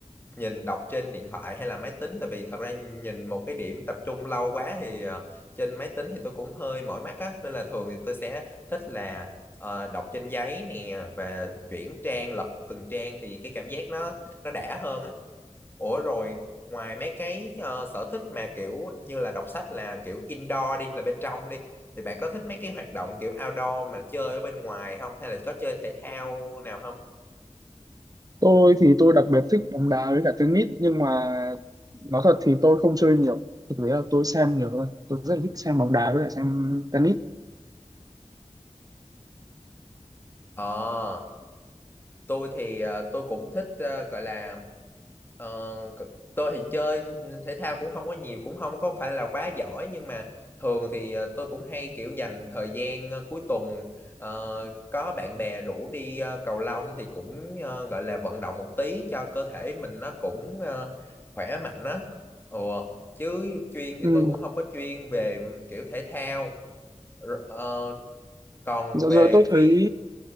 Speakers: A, on the left; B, on the right.
A: nhìn đọc trên điện thoại hay là máy tính. Tại vì thật ra nhìn một cái điểm tập trung lâu quá thì ờ, trên máy tính thì tôi cũng hơi mỏi mắt á, nên là thường thì tôi sẽ thích là ờ, đọc trên giấy nè và chuyển trang lật từng trang thì cái cảm giác nó nó đã hơn á. Ủa rồi ngoài mấy cái ờ, sở thích mà kiểu như là đọc sách là kiểu indoor đi là bên trong đi thì bạn có thích mấy cái hoạt động kiểu outdoor mà chơi ở bên ngoài không hay là có chơi thể thao nào không?
B: tôi thì tôi đặc biệt thích bóng đá với cả tennis nhưng mà nói thật thì tôi không chơi nhiều thực tế là tôi xem nhiều hơn tôi rất là thích xem bóng đá với cả xem tennis
A: Ờ tôi thì ờ, tôi cũng thích ờ, gọi là ờ, c- tôi thì chơi thì- thể thao cũng không có nhiều cũng không có phải là quá giỏi nhưng mà thường thì ờ, tôi cũng hay kiểu dành thời gian ờ, cuối tuần ờ, có bạn bè rủ đi ờ, cầu lông thì cũng ờ, gọi là vận động một tí cho cơ thể mình nó cũng ờ, khỏe mạnh á ừ. chứ chuyên thì
B: ừ.
A: tôi cũng không có chuyên về kiểu thể thao Rồi, ờ, còn
B: dạo
A: về
B: giờ tôi thấy
A: phi